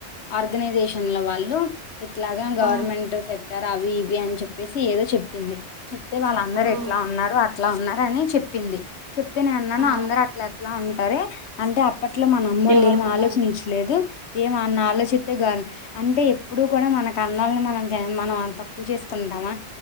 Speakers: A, on the left; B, on the right.
A: ఆర్గనైజేషన్ల వాళ్ళు ఇట్లాగ గవర్నమెంట్
B: ఆ
A: సెక్టార్ అవి ఇవి అని చెప్పేసి ఏదో చెప్పింది. చెప్తే వాళ్ళందరు
B: ఆ
A: ఎట్లా ఉన్నారు, అట్లా ఉన్నారు అని చెప్పింది. చెప్తే నేను అన్నాను
B: ఆ
A: అందరూ అట్లా ఎట్లా ఉంటారే అంటే అప్పట్లో మన అమ్మోళ్ళు
B: ఎవరికున్నంత
A: ఏం ఆలోచించలేదు ఏమన్నా ఆలోచిస్తే గౌరవం అంటే ఎప్పుడూ కూడా మనకు కన్నోళ్లని మనం మనం తక్కువ చేసుకుంటామా ఏమన్నా అమ్మా